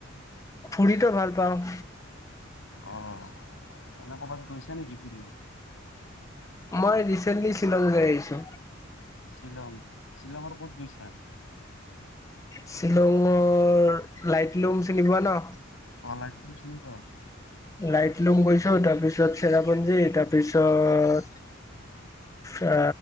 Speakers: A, on the left; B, on the left.
A: ফুৰিতো ভাল পাওঁ।
B: অ' মানে ক'বাত গৈছে নেকি ফুৰিব?
A: মই ৰিচেন্টলি শ্বিলং যাই আহিছো।
B: শ্বিলং শ্বিলঙৰ ক'ত গৈছা?
A: শ্বিলঙৰ লাইট লুম চিনি পোৱা ন।
B: অঁ, লাইট লুম চিনি পাওঁ।
A: লাইট লুম গৈছো তাৰপিছত চেৰাপঞ্জী তাৰপিছত- চা